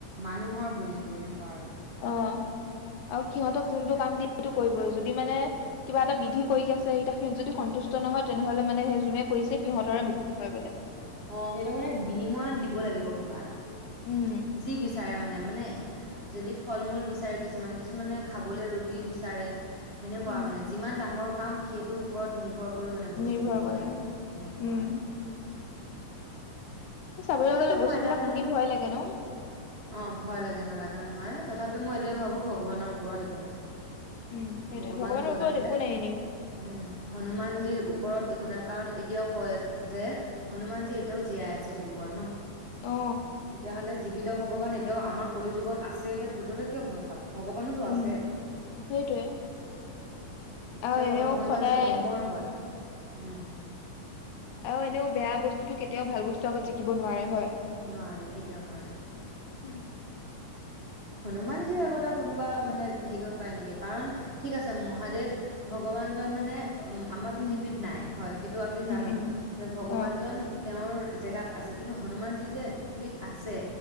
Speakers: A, on the right; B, on the left.
A: মানুহৰ বলি দিয়ে এনেকুৱা আৰু
B: অ আৰু সিহঁতক যোনটো কাম দিয়ে সেইটো কৰিবই। যদি মানে কিবা এটা বিধি কৰি কি আছে, এতিয়া সিহত যদি সন্তুষ্ট নহয় তেনেহলে মানে সেই যোনে কৰিছে সিহঁতৰে মৃত্যু হয় বোলে।
A: অঁ, সেইটো মানে বিনিময়ত দিব লাগিব। কিবা এটা
B: উম
A: যি বিচাৰে মানে, মানে যদি ফল মূল বিচাৰে কিছুমানে, কিছুমানে খাবলে ৰুটি বিচাৰে সেনেকুৱা
B: উম।
A: মানে যিমান ডাঙৰ কাম সেইটো ওপৰত নিৰ্ভৰ কৰি মানে বস্তু
B: নিৰ্ভৰ
A: দিব
B: কৰে
A: লাগিব। সেনেকুৱা
B: উম
A: আৰু
B: চাবলৈ
A: তথাপিও
B: গ'লে বস্তুবিলাক
A: মই এটাই মানুহ।
B: শুনি ভয় লাগে ন।
A: অঁ ভয় লাগে, নালাগা নহয় তথাপি মই এইটোয়ে ভাবো ভগৱানৰ ওপৰত একো নাই।
B: উম সেইটোৱে
A: ভগৱান
B: ভগৱানৰ
A: যত
B: ওপৰত
A: আছে,
B: একো নাই এনেও
A: উম হনুমানজীৰ ওপৰত একো কাৰণ এতিয়াও কয়, যে হনুমানজী এতিয়াও জীয়াই আছে বুলি কয় ন।
B: অ
A: তেতিয়াহ'লে জীৱিত ভ ভগৱান এতিয়াও আমাৰ কলি যুগত আছে এতিয়া ভূতলৈ কিয় ভয় খাম। ভগৱানোতো
B: উম
A: আছে।
B: সেইটোৱে।
A: এতিয়াও
B: আৰু এনেও
A: হ-হনুমানজী
B: সদায়
A: অমৰ হয়, উম।
B: আও এনেও বেয়া বস্তুতো কেতিয়াও ভাল বস্তু আগত জিকিব নোৱাৰে, হয়
A: নোৱাৰে, কেতিয়াও নোৱাৰে।
B: উম
A: হনুমান যীৰ আগত আৰু কোনোবা, মানে শিকিব পাৰে নেকি, কাৰণ ঠিক আছে, মহাদেৱ ভগৱানজন মানে উম আমাৰ পৃথিৱীত
B: উম
A: নাই, হয় সেইটো আমি জানো
B: উম
A: যে ভগৱানজন
B: অ
A: তেওঁৰ জেগাত আছে, কিন্তু হনুমানজী যে পৃথিৱীত আছে